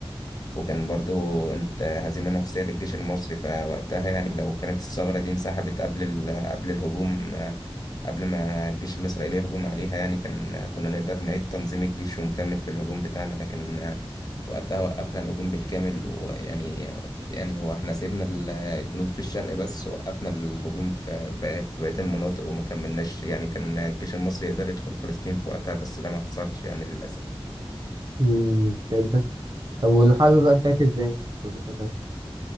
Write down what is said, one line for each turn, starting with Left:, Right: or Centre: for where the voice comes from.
Left: وكان برضو انت هزيمة نفسية للجيش المصري فوقتها يعني لو كانت الثغرة دي انسحبت قبل ال... قبل الهجوم آه، قبل ما الجيش الإسرائيلي يهجم عليها يعني كان كنا نقدر نعيد تنظيم الجيش ونكمل في الهجوم بتاعنا لكن آه، وقتها وقفنا الهجوم بالكامل ويعني يعني هو احنا سيبنا ال- الجنود في الشرق بس وقفنا الهجوم في بقية- في بقية المناطق وما كملناش يعني كان الجيش المصري يقدر يدخل فلسطين في وقتها بس ده ما حصلش يعني للأسف
Right: مم. فهمتك طب والحرب بقى انتهت ازاي؟ وجهة نظرك